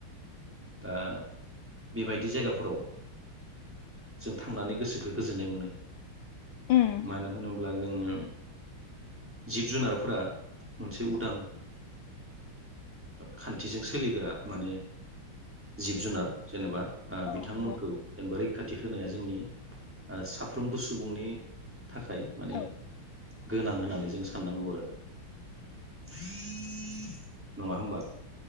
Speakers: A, in the centre; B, on the left (about 70°).
A: दा बेबायदि जायगाफोराव जों थांनानै गोसो बेखौ गोजोननाय मोनो
B: उम
A: मानो होनो होमब्ला जोङो जिब जुनारफोरा मोनसे उदां खान्थिजों सोलिग्रा माने जिब जुनार जेनेबा
B: औ
A: बिथांमोनखौ
B: नंगौ
A: जों बोरै रैखाथि होनाया जोंनि साफ्रोमबो सुबुंनि थाखाय माने
B: औ
A: गोनां होननानै जों साननांगौ आरो <inaudible> नङा होमबा